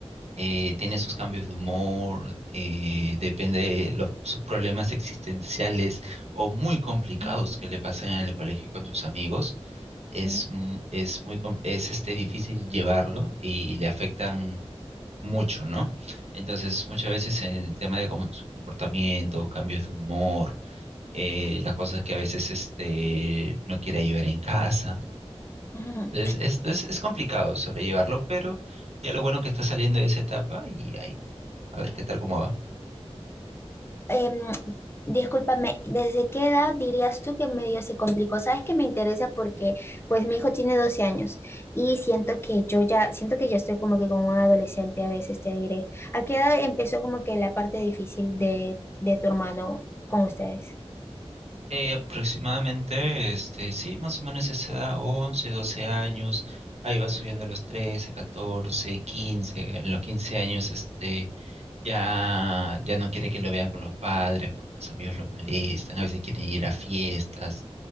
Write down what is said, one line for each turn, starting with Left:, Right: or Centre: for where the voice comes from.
Right: Eh, tiene sus cambios de humor, eh, depende de los, sus problemas existenciales o muy complicados
Left: Mm,
Right: que le pasan en el colegio con sus amigos. Es,
Left: Sí.
Right: mu- es muy, com- es este, difícil llevarlo y le afectan mucho, ¿no? Entonces, muchas veces el tema de com- sus comportamientos, cambios de humor, eh, las cosas que a veces este, no quiere ayudar en casa
Left: Ujú.
Right: es, es, es, es complicado sobrellevarlo, pero ya lo bueno que está saliendo de esa etapa y ahí, a ver qué tal cómo va.
Left: em, discúlpame, ¿desde qué edad dirías tú que medio se complicó? Sabes que me interesa porque pues mi hijo tiene 12 años y siento que yo ya, siento que ya estoy como que como un adolescente a veces, te diré. ¿A qué edad empezó como que la parte difícil de, de tu hermano con ustedes?
Right: Eh, aproximadamente, este, sí, más o menos esa edad, 11 12 años, ahí va subiendo a los 13 14 15 en los 15 años, este, ya, ya no quiere que lo vean con los padres porque los amigos los molestan, a veces quieren ir a fiestas,